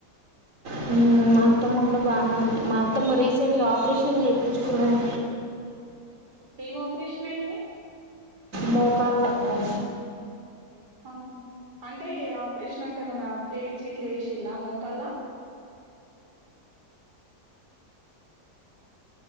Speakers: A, on the right; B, on the right.
A: హ్మ్ మా అత్తమ్మ కూడా బానే ఉంది, మా అత్తమ్మ రీసెంట్ గా ఆపరేషన్ చేపించకునది
B: ఎం ఆపరేషన్ అయింది.
A: మోకాళ్ల నొప్పి <unintelligible>
B: ఆ అంటే ఆపరేషన్, అంటే మన ప్లేట్స్ గిట్ల వేసిలా మొక్కల్లా <unintelligible>